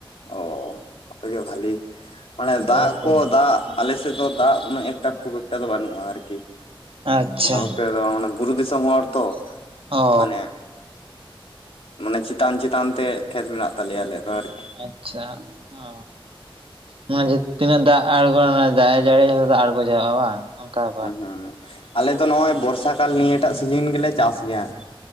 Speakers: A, on the left; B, on the right.
A: ᱚ ᱟᱯᱮᱜᱮ ᱵᱷᱟᱞᱮ ᱢᱟᱱᱮ
B: ᱦᱳᱭ
A: ᱫᱟᱜ ᱠᱚ ᱫᱟᱜ ᱟᱞᱮ ᱥᱮᱫ ᱫᱚ ᱫᱟᱜ ᱩᱱᱟᱹᱜ ᱮᱠᱴᱟ ᱠᱷᱩᱵ ᱮᱠᱴᱟ ᱫᱚ ᱵᱟᱹᱱᱩᱜᱼᱟ ᱟᱨᱠᱤ
B: ᱟᱪᱪᱷᱟ
A: <unintelligible> ᱵᱩᱨᱩ ᱫᱤᱥᱚᱢ ᱦᱚᱲ ᱛᱚ
B: ᱚ
A: ᱢᱟᱱᱮ ᱢᱟᱱᱮ ᱪᱮᱛᱟᱱ ᱪᱮᱛᱟᱱ ᱛᱮ ᱠᱷᱮᱛ ᱢᱮᱱᱟᱜ ᱛᱟᱞᱮᱭᱟ ᱟᱞᱮᱭᱟᱜ ᱫᱚ ᱟᱨᱠᱤ ᱾
B: ᱟᱪᱪᱷᱟ ᱚᱻ ᱾ ᱤᱱᱟᱹ ᱛᱤᱱᱟᱹᱜ ᱫᱟᱜ ᱟᱬᱜᱚᱱᱟ ᱫᱟᱜ ᱮ ᱡᱟᱹᱲᱤᱭ ᱡᱚᱛᱚ ᱟᱬᱜᱚ ᱪᱟᱵᱟᱜᱼᱟ ᱵᱟᱝ ᱚᱱᱠᱟ ᱵᱮᱯᱟᱨ
A: ᱦᱚᱸ ᱾ ᱟᱞᱮ ᱫᱚ ᱱᱚᱜᱼᱚᱭ ᱵᱚᱨᱥᱟ ᱠᱟᱞ ᱱᱤᱭᱟᱹᱴᱟᱜ ᱥᱤᱡᱤᱱ ᱜᱮᱞᱮ ᱪᱟᱥ ᱜᱮᱭᱟ ᱾